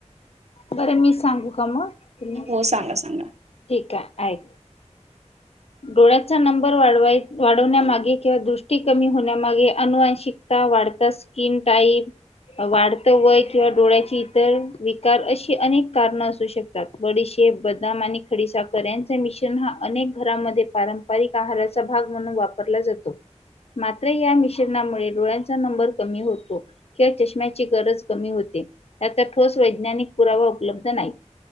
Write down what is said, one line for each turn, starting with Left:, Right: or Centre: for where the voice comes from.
Left: बरं मी सांगू का मग तुला
Right: हो सांगा सांगा
Left: ठिक आहे ऐक.
Right: <inaudible>
Left: डोळ्याचा नंबर वाढवाय वाढवण्यामागे किंवा दृष्टी कमी होण्यामागे अनुवांशिक आता वाढता स्किन टाईम वाढत वय किंवा डोळ्याची इतर वि तर अशी अनेक कारनं असू शकतात बडीशेप बदाम आणि खडी साखर एन चमिशन हा अनेक घरांमध्ये पारंपरिक आहाराचा भाग म्हणून वापरला जातो.
Right: <unintelligible>
Left: मात्र या मिश्रणामुळे डोळ्यांचं चा नंबर कमी होतो किंवा चष्म्याची गरज कमी होते या त्या ठोस वे ज्ञानिक पुरावा उपलब्ध नाही